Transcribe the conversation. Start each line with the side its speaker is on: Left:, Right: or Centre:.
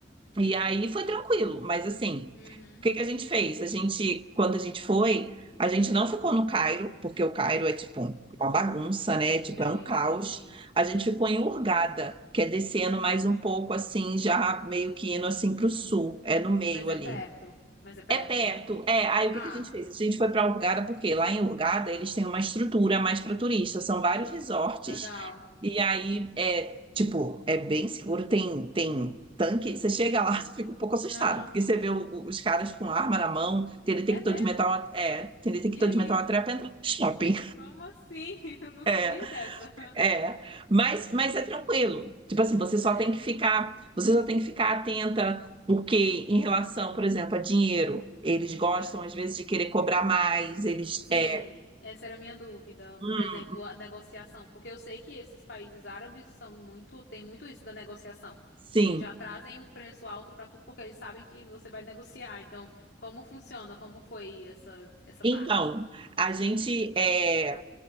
Right: E aí foi tranquilo, mas assim,
Left: Uhum,
Right: o que que a gente fez? A gente, quando a gente foi, a gente não ficou no Cairo, porque o Cairo é tipo uma bagunça, né? Tipo,
Left: sei,
Right: é um caos.
Left: sim, sim.
Right: A gente ficou em Hurghada, que é descendo mais um pouco assim, já meio que indo assim para o sul, é no meio
Left: Mas é
Right: ali.
Left: perto, mas é perto.
Right: É perto, é. Aí
Left: Ah,
Right: o que que a gente fez? A gente foi para Hurgada, porque lá em Hurgada eles têm uma estrutura mais para turista, são vários resorts,
Left: legal.
Right: e aí é tipo, é bem seguro, tem, tem tanque. Você chega lá, <laughs> você fica um pouco assustado,
Left: Aham.
Right: porque você vê o- os caras com arma na mão, tem detector
Left: É mesmo?
Right: de metal, é, tem detector
Left: E aí?
Right: de metal até para entrar no shopping.
Left: Como assim? <laughs> Eu não sabia
Right: <laughs>
Left: dessa.
Right: É,
Left: <laughs>
Right: mas, mas é tranquilo. Tipo assim, você só
Left: Certo,
Right: tem que ficar, você só tem que ficar atenta, porque em relação, por exemplo, a dinheiro, eles gostam
Left: certo.
Right: às vezes de querer cobrar mais, eles
Left: Sim,
Right: é,
Left: essa era a minha dúvida.
Right: hum,
Left: Por exemplo, a negociação, porque eu sei que esses países árabes são muito, tem muito isso da negociação.
Right: sim.
Left: Eles já trazem um preço alto pra tu porque eles sabem que você vai negociar. Então, como funciona? Como foi essa essa
Right: Então,
Left: parte?
Right: a gente é,